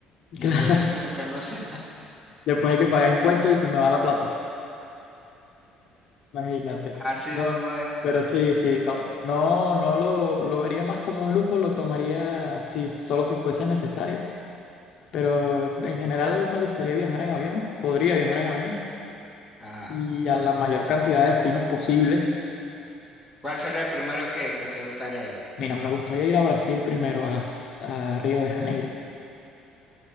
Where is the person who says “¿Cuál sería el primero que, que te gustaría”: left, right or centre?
Centre